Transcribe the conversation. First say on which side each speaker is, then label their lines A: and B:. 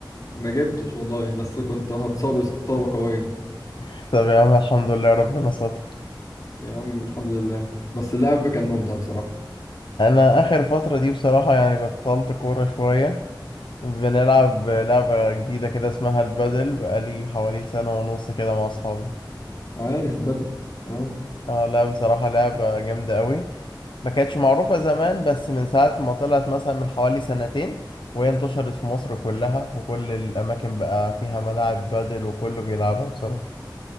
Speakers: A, on the left (about 45°); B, on the left (about 80°).
A: ما جبتش والله بس كنت هتصاب إصابة قوية
B: <laughs> طب يا عم الحمد لله ربنا ستر
A: يا عم الحمد لله بس اللعب كان ممتع بصراحة
B: انا اخر فترة دي بصراحة يعني بطلت كورة شوية بنلعب لعبة جديدة كده اسمها البادل بقالي حوالي سنة ونص كده مع اصحابي
A: عارف بدل اه
B: اه لا بصراحة لعبة جامدة قوي ما كانتش معروفة زمان بس من ساعة ما طلعت مثلا من حوالي سنتين وهي انتشرت في مصر كلها وكل الأماكن بقى فيها ملاعب بادل وكله بيلعبها بصراحة